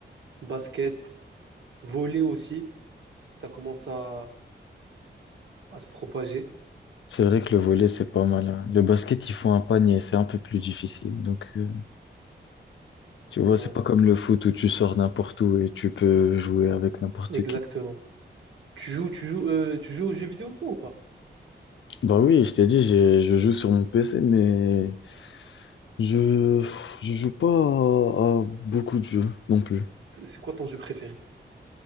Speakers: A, on the right; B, on the left.
A: basket, volley aussi, ça commence à, à se propager.
B: C'est vrai que le volley, c'est pas mal. hein. Le basket, il faut un panier, c'est un peu plus difficile. Donc, euh, tu vois,
A: Ouais,
B: c'est pas comme le foot où tu sors n'importe où et tu peux jouer avec n'importe
A: exactement.
B: qui.
A: Tu joues, tu joues, euh, tu joues aux jeux vidéo, toi, ou pas?
B: Bah oui, je t'ai dit, j'ai- je joue sur mon PC, mais je, je joue pas à, à beaucoup de jeux non plus.
A: C'est c'est quoi ton jeu préféré?